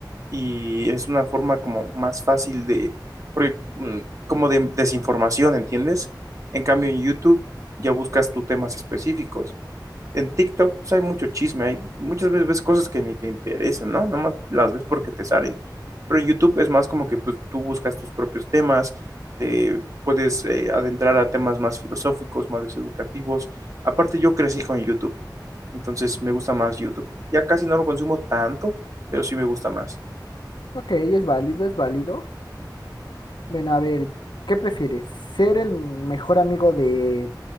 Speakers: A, on the right (about 45°); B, on the left (about 80°).
A: y es una forma como más fácil de, porque, mm, como de desinformación, ¿entiendes? En cambio, en YouTube ya buscas tus temas específicos. en TikTok pues hay mucho chisme, hay muchas veces ves cosas que ni te interesan, ¿no? Nomás las ves porque te salen. Pero en YouTube es más como que pues tú buscas tus propios temas, te puedes eh, adentrar a temas más filosóficos, más educativos. Aparte yo crecí con YouTube, entonces me gusta más YouTube. Ya casi no lo consumo tanto, pero sí me gusta más.
B: ok, es válido, es válido. Ven a ver, ¿qué prefieres? ¿Ser el mejor amigo de